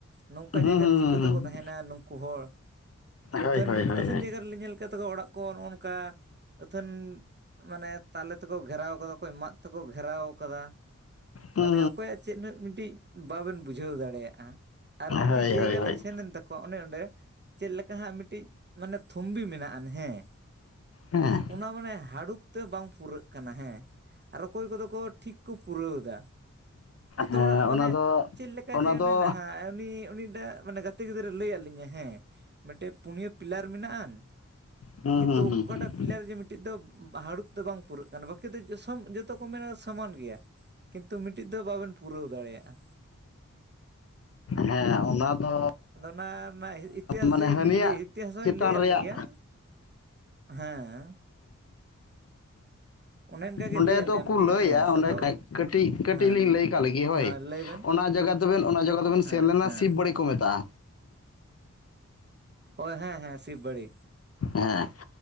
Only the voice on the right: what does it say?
ᱱᱚᱝᱠᱟ
ᱡᱟᱭᱜᱟ
ᱨᱮ ᱪᱤᱠᱟᱹ ᱛᱮᱠᱚ
ᱛᱟᱦᱮᱸᱱᱟ ᱱᱩᱠᱩ ᱦᱚᱲ ᱟᱹᱛᱷᱟᱹᱱ
ᱟᱹᱛᱷᱟᱹᱱ
ᱡᱟᱭᱜᱟ ᱨᱮᱞᱤᱧ ᱧᱮᱞ ᱠᱮᱫ ᱛᱟᱠᱚ ᱚᱲᱟᱜ ᱠᱚ ᱱᱚᱜᱼᱚ ᱱᱚᱝᱠᱟ ᱟᱹᱛᱷᱟᱹᱱ ᱢᱟᱱᱮ ᱛᱟᱞᱮ ᱛᱮᱠᱚ ᱜᱷᱮᱨᱟᱣ ᱠᱟᱫᱟ ᱚᱠᱚᱭ ᱢᱟᱜ ᱛᱮᱠᱚ ᱜᱷᱮᱨᱟᱣ ᱠᱟᱫᱟ,
ᱢᱟᱱᱮ ᱚᱠᱚᱭᱟᱜ ᱪᱮᱫ ᱢᱤᱫᱴᱤᱡ ᱵᱟᱵᱮᱱ ᱵᱩᱡᱷᱟᱹᱣ ᱫᱟᱲᱮᱭᱟᱜ-ᱟ ᱟᱨ ᱢᱤᱫᱴᱤᱡ
ᱡᱟᱭᱜᱟ
ᱞᱤᱧ
ᱥᱮᱱᱮᱱ ᱛᱟ ᱠᱚ ᱚᱱᱮ ᱚᱸᱰᱮ ᱪᱮᱫ ᱞᱮᱠᱟ ᱦᱟᱸᱜ ᱢᱤᱫᱴᱤᱡ ᱢᱟᱱᱮ ᱛᱷᱚᱢᱵᱤ ᱢᱮᱱᱟᱜ ᱟᱱ ᱦᱮᱸ,
ᱚᱱᱟ ᱢᱟᱱᱮ ᱦᱟᱲᱩᱵ ᱛᱮ ᱵᱟᱝ ᱯᱩᱨᱟᱹᱜ ᱠᱟᱱᱟ ᱦᱮᱸ, ᱟᱨ ᱚᱠᱚᱭ ᱠᱚᱫᱚ ᱠᱚ ᱴᱷᱤᱠ ᱠᱚ ᱯᱩᱨᱟᱹᱣ ᱫᱟ, ᱡᱚᱛᱚ
ᱦᱚᱲᱟᱜ ᱢᱟᱱᱮ
ᱪᱮᱫ ᱞᱮᱠᱟ
ᱡᱮ ᱚᱱᱮ
ᱩᱱᱤ ᱩᱱᱤᱴᱟᱜ ᱢᱟᱱᱮ ᱜᱟᱛᱮ ᱜᱤᱫᱽᱨᱟᱹ ᱞᱟᱹᱭᱟᱫ ᱞᱤᱧᱟ ᱦᱮᱸ, ᱢᱤᱫᱴᱮᱱ ᱯᱩᱱᱭᱟᱹ ᱯᱤᱞᱟᱨ ᱢᱮᱱᱟᱜ ᱟᱱ
ᱠᱤᱱᱛᱩ
ᱚᱠᱟᱴᱟᱜ
ᱯᱤᱞᱟᱨ ᱡᱮ ᱢᱤ ᱴᱤᱡ ᱫᱚ ᱦᱟᱹᱲᱩᱵ ᱛᱮ ᱵᱟᱝ ᱯᱩᱨᱟᱹᱜ ᱠᱟᱱᱟ ᱵᱟᱹᱠᱤ ᱫᱚ ᱡᱚᱛᱚ ᱠᱚ ᱢᱮᱱᱟ ᱥᱚᱢᱟᱱ ᱜᱮᱭᱟ᱾ ᱠᱤᱱᱛᱩ ᱢᱤᱫᱴᱤᱡ ᱫᱚ ᱵᱟᱵᱮᱱ ᱯᱩᱨᱟᱣ ᱫᱟᱲᱮᱭᱟᱜᱼᱟ᱾
ᱟᱫᱚ ᱚᱱᱟ ᱨᱮᱱᱟᱜ ᱤᱛᱤᱦᱟᱥ
ᱡᱮ
ᱢᱮ ᱞᱟᱹᱭ ᱤᱛᱤᱦᱟᱥ ᱦᱚᱭ
ᱞᱟᱹᱭᱟᱫ
ᱞᱮᱜᱮᱭᱟ, ᱦᱮᱸᱻ ᱚᱱᱮ ᱚᱱᱠᱟ ᱜᱮ
ᱞᱟᱹᱭᱟᱫ
ᱞᱮᱭᱟ ᱢᱤᱫᱴᱤᱡ
ᱤᱛᱤᱦᱟᱥ
ᱟᱫᱚ
ᱦᱮᱸ
ᱦᱮᱸ ᱞᱟᱹᱭ ᱵᱮᱱ
ᱦᱮᱸ
ᱦᱮᱸ
ᱚ ᱦᱮᱸ ᱦᱮᱸ ᱥᱤᱵᱽ ᱵᱟᱹᱲᱤ,